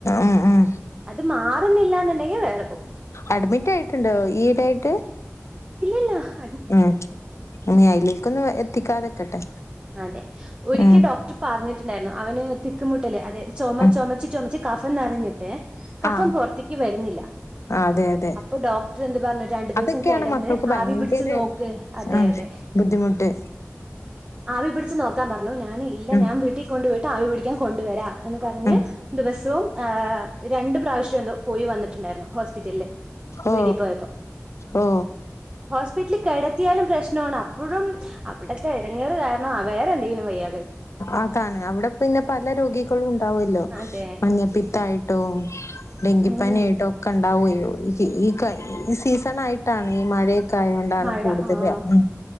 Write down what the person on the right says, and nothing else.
അത് മാറുന്നില്ലാന്ന് എങ്കി വേറെപ്പോകും
ഇല്ലില്ലാഹ്
അതെ ഒരിക്കൽ
ഡോക്ടർ പറഞ്ഞിട്ടുണ്ടായിരുന്നു അവന് തിക്കുമുട്ടല്ലേ അതെ ചുമ
ചുമച്ച ചുമച്ച് ന്നറിഞ്ഞിട്ടേ കഫം
പുറത്ത്ക്ക് വരുന്നില്ല
അപ്പൊ ഡോക്ടർ എന്ത് പറഞ്ഞു രണ്ടു ദിവസം
കിടന്ന്
ആവി പിടിച്ചു നോക്ക് അതെ
അതെ
ആവി പിടിച്ച് നോക്കാൻ പറഞ്ഞു ഞാന് ഇല്ല
ഞാൻ വീട്ടികൊണ്ടു പോയിട്ട് ആവി പിടിക്കാൻ കൊണ്ടുവരാ എന്ന് പറഞ്ഞ്
ദിവസവും ഏ രണ്ട് പ്രാവശ്യംന്തോ പോയി വന്നിട്ട് റ്റണ്ടായിരുന്നു ഹോസ്പിറ്റലിൽ വീട്ടിൽ
പോയപ്പോ.
ഹോസ്പിറ്റൽ കെട ത്തിയാലും പ്രശ്നാണ് അപ്പോഴും അവിടത്തെ ഇടങ്ങേറ് കാരണം വേറെ എന്തെങ്കിലും വയ്യ
അതെ
ഉം
മഴ
ആഹ്